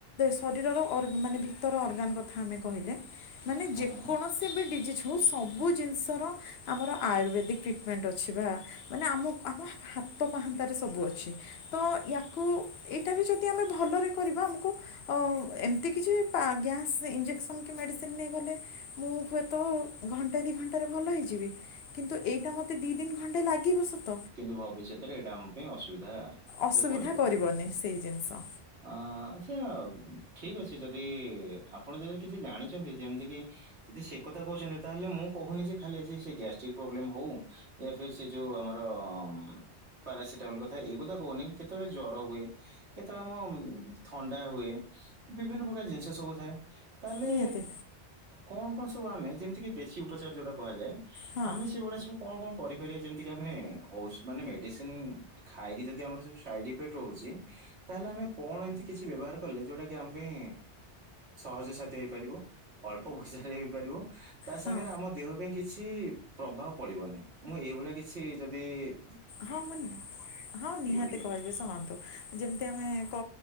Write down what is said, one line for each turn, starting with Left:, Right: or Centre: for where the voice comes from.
Left: ଶରୀରର ଅର୍ଗା ମାନେ ଭିତର ଅର୍ଗାନ କଥା ଆମେ କହିଲେ। ମାନେ
Right: ହୁଁ
Left: ଯେକୌଣସି
Right: ହୁଁ
Left: ବି ଡିଜିଜ୍। ଯେଉଁ ସବୁ ଜିନିଷର ଆମର ଆୟୁର୍ବେଦିକ ଟ୍ରିଟମେଣ୍ଟ ଅଛି ବା ମାନେ ଆମ ଆମ ହାତ ପାହାନ୍ତାରେ ସବୁ ଅଛି। ତ ୟାକୁ ଏଇଟା ବି ଯଦି ଆମେ ଭଲରେ କରିବା ଆମକୁ ଏମିତି କିଛି ପା ଗ୍ୟାସ୍ ଇଞ୍ଜେକ୍ସନ କି ମେଡ଼ିସିନ ନେଇଗଲେ। ମୁଁ ହୁଏତ ଘଣ୍ଟେ ଦି ଘଣ୍ଟାରେ ଭଲ ହେଇଯିବି। କିନ୍ତୁ ଏଇଟା ମୋତେ ଦିଇ ଦିନ ଘଣ୍ଟେ ଲାଗିବ ସତ
Right: କିନ୍ତୁ ଭବିଷ୍ୟତରେ ଏଇଟା ଆମ ପାଇଁ ଅସୁବିଧା
Left: ଅସୁବିଧା
Right: ରେ ପଡିବ
Left: କରିବନି ସେଇ ଜିନିଷ
Right: ଅ ଆଚ୍ଛା। ଠିକ ଅଛି ଯଦି ଆପଣ ଯଦି କିଛି ଜାଣିଛନ୍ତି। ଯେମିତି କି ଯଦି ସେ କଥା କହୁଛନ୍ତି। ତାହେଲେ ମୁଁ କହୁନି ଯେ ଖାଲି ଆଜି ସେ ଗ୍ୟାଷ୍ଟ୍ରିକ ପ୍ରୋବ୍ଲେମ ହଉ ସେ ଯୋଉ ଆମର ର ପାରାସିଟାମଲ କଥା ଏଇ କଥା କହୁନି କେତେବେଳେ ଜର ହୁଏ କେତେବେଳେ ଆମ ଥଣ୍ଡା ହୁଏ ବିଭିନ୍ନ ପ୍ରକାର ଜିନିଷ ସବୁ ଥାଏ। ତାହେଲେ
Left: ନିହାତି
Right: କଣ କଣ ସବୁ ଆମେ ଯେମିତି କିି ଦେଶୀ ଉପଚାର ଯଉଟା କୁହାଯାଏ।
Left: ହଁ
Right: ଆମେ ସେଗୁଡା ସଵୁ କଣ କଣ କରିପାରିବା ଯେମିତି କିି ଆମେ ମାନେ ମେଡିସିନ ଖାଇକି ଯଦି ଆମର ସାଇଡ ଇଫେକ୍ଟ ରହୁଛି। ତାହେଲେ ଆମେ କଣ ଏମତି କିଛି ବ୍ୟବହାର କଲେ ଯୋଉଟା କି ଆମ ପାଇଁ ସହଜ ସାଧ୍ୟ ହେଇପାରିବ। ଅଳ୍ପ ପଈସାରେ ହେଇପାରିବ ତା
Left: ହଁ
Right: ସାଙ୍ଗରେ ଆମ ଦେହ ପାଇଁ କିଛି ପ୍ରଭାବ ପଡିବନି ମୁଁ ଏଇଭଳିଆ କିଛି ଯଦି ଦି।
Left: ହଁ ମ ହଁ ନିହାତି
Right: ଟିକେ
Left: କହିବି ଶୁଣନ୍ତୁ ଯେମିତି ଆମେ କ